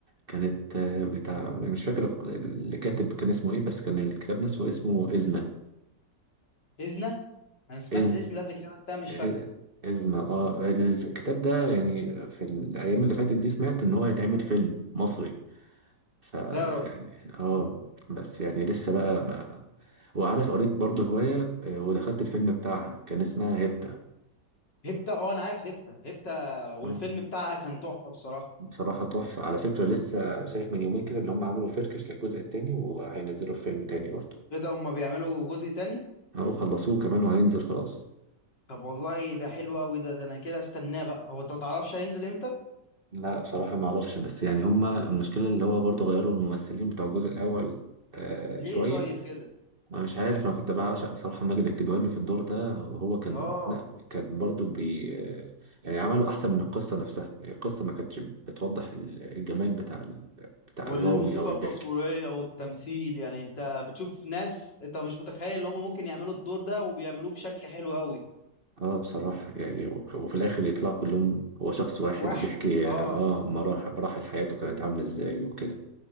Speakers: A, on the right; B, on the left.
A: كانت آه، بتاع مش فاكر الق- اللي كاتب كان اسمه ايه بس كان الكتاب نفسه اسمه إزمة
B: هزنه انا سمعت
A: إز
B: الاسم ده قبل كده بس أنا مش
A: إ-
B: فاكره
A: إزمة اه الكتاب ده يعني في الايام اللي فاتت دي سمعت ان هو هيتعمل فيلم مصري فيعني
B: ده يا راجل
A: اه بس يعني لسه بقى ما وعارف قريت برضه هواية آه، ودخلت الفيلم بتاعها كان اسمها هبدة
B: هيبتا اه انا عارف هيبتا هيبتا والفيلم
A: آه.
B: بتاعها كان تحفه بصراحه
A: بصراحة تحفة على فكرة لسه شايف من يومين كده اللي هم عملوا فركش للجزء التاني وهينزلوا فيلم تاني برضه
B: كده هما بيعملوا جزء تاني
A: أهو خلصوه كمان وهينزل خلاص
B: طب والله ده حلو قوي ده ده انا كده استناه بقى هو انت ما تعرفش هينزل امتى
A: لا بصراحة ما أعرفش بس يعني هم المشكلة اللي هو برضه غيروا الممثلين بتوع الجزء الأول آه
B: ليه
A: شوية
B: طيب كده
A: أنا مش عارف أنا كنت بعشق بصراحة ماجد الكدواني في الدور ده وهو كان
B: اه
A: لا كان برضه بي آه، يعني عملوا أحسن من القصة نفسها يعني القصة ما كانتش بتوضح ال- الجمال بتاع ال- بتاع
B: والموسيقى
A: الراوي أو البحكي
B: التصويرية والتمثيل يعني انت بتشوف ناس انت مش متخيل ان هم ممكن يعملوا الدور ده وبيعملوه بشكل حلو قوي
A: اه بصراحة يعني وك- وفي الآخر يطلعوا كلهم هو شخص واحد
B: واحد
A: وبيحكي
B: اه
A: اه مراحل مراحل حياته كانت عاملة ازاي وكده